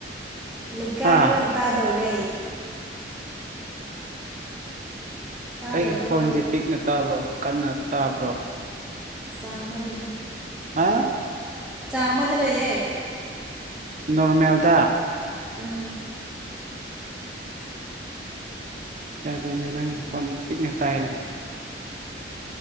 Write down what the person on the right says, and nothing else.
ꯍꯥ
ꯑꯩꯒꯤ ꯈꯣꯟꯗꯤ ꯄꯤꯛꯅ ꯇꯥꯕ꯭ꯔꯣ ꯀꯟꯅ ꯇꯥꯕ꯭ꯔꯣ
ꯍꯥ
ꯅꯣꯔꯃꯦꯜꯗ
ꯌꯥꯗꯦꯅꯦ ꯅꯪꯒꯤ ꯈꯣꯟ ꯄꯤꯛꯅ ꯇꯥꯏꯌꯦꯅꯦ